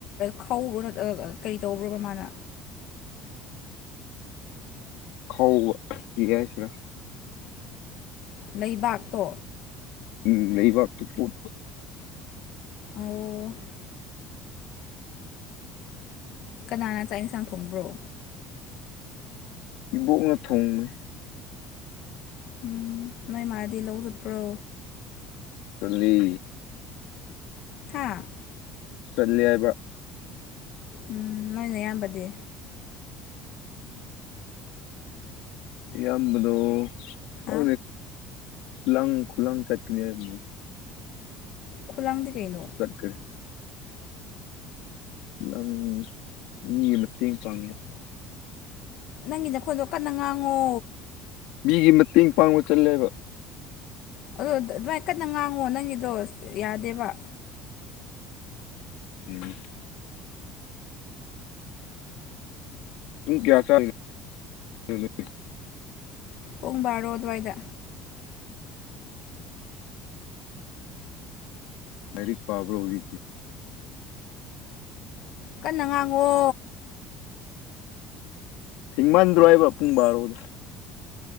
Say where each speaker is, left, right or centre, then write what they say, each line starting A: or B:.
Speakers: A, on the left; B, on the left.
A: ꯈ꯭ꯔꯣ ꯅꯠꯇ꯭ꯔꯒ ꯀꯩ ꯇꯧꯕ꯭ꯔꯣꯕ ꯃꯥꯅ
B: ꯈ ꯄꯛ ꯍꯥꯏꯁꯤꯔ
A: ꯂꯩꯕꯥꯛꯇꯣ
B: ꯎꯝ ꯂꯩꯕꯥꯛ ꯇꯨ ꯄꯣꯠꯄ
A: ꯑꯣ ꯀꯅꯥꯅ ꯆꯥꯛ ꯌꯦꯁꯥꯡ ꯐꯣꯡꯕ꯭ꯔꯣ
B: ꯏꯕꯣꯛꯅ ꯊꯣꯡꯅꯤ
A: ꯎꯝ ꯅꯣꯏ ꯃꯥꯗꯤ ꯂꯧ ꯆꯠꯄ꯭ꯔꯣ
B: ꯆꯥꯠꯂꯤ
A: ꯍꯥ
B: ꯆꯠꯂꯤ ꯍꯥꯏꯕ
A: ꯎꯝ ꯅꯣꯏꯅ ꯏꯌꯥꯝꯕꯗꯤ
B: ꯏꯌꯥꯝꯕꯗꯣ ꯀ
A: ꯍꯥ
B: ꯈꯨꯂꯥꯡ ꯈꯨꯂꯥꯡ ꯆꯠꯀꯅꯤ ꯍꯥꯏꯕꯅꯤꯅ
A: ꯈꯨꯂꯥꯡꯗꯤ ꯀꯩꯅꯣ
B: ꯇꯥꯠꯔꯦ <inaudible> ꯏꯝ ꯃꯤꯒꯤ ꯃꯇꯦꯡ ꯄꯥꯪꯕꯥ
A: ꯅꯪꯒꯤ ꯅꯈꯣꯟꯗꯣ ꯀꯟꯅ ꯉꯥꯡꯉꯣ
B: ꯃꯤꯒꯤ ꯃꯇꯦꯡ ꯄꯥꯡꯕ ꯆꯠꯂꯦꯕ
A: ꯑꯗꯣ ꯑꯗꯨꯃꯥꯏ ꯀꯟꯅ ꯉꯥꯡꯉꯣ ꯅꯪꯒꯤꯗꯣ ꯌꯥꯗꯦꯕ
B: ꯎꯝ <inaudible> ꯀꯌꯥ ꯆ <inaudible>
A: ꯄꯨꯡ ꯕꯥꯔꯣ ꯑꯗꯨꯋꯥꯏꯗ
B: ꯂꯥꯏꯔꯤꯛ ꯄꯥꯕꯔ ꯍꯧꯔꯤ ꯊꯤ
A: ꯀꯟꯅ ꯉꯥꯡꯉꯣ
B: ꯊꯤꯡꯃꯟꯗ꯭ꯔꯣ ꯍꯥꯏꯕ ꯄꯨꯡ ꯕꯥꯔꯣꯗꯣ